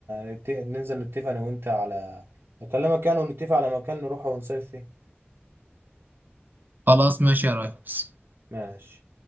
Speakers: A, on the right (about 70°); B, on the right (about 45°).
A: آه، نت- ننزل نتفق انا وانت على اكلمك يعني ونتفق على مكان نروح ونصيف فيه
B: خلاص ماشي يا ريس
A: ماشي